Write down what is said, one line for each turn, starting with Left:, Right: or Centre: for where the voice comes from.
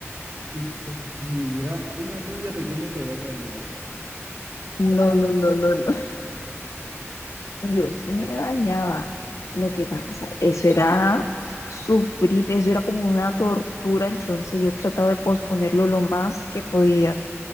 Right: y que con el frío. Y era una lluvia pequeña que había caído.
Left: no, no, no, no, no. Yo sí me bañaba. Lo que pasa, eso era sufrir, eso era como una tortura, entonces yo trataba de posponerlo lo más que podía,